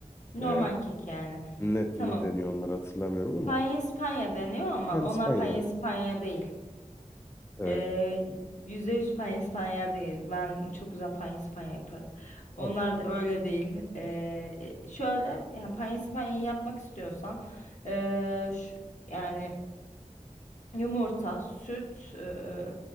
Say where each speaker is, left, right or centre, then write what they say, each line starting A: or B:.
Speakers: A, on the left; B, on the left.
A: Normal
B: e,
A: kek yani.
B: ne,
A: Tamam.
B: ne deniyor onları hatırlamıyorum ama
A: Panyespanya deniyor ama
B: pandispanya
A: onlar Panyespanya
B: evet.
A: değil.
B: E,
A: Ee, %100 Panyespanya değil. Ben çok güzel Panyespanya yaparım.
B: var
A: Onlar
B: süper.
A: da öyle değil. Ee, e, şöyle yani Panyespanya'yı yapmak istiyorsan ee, şu- yani yumurta, süt ee,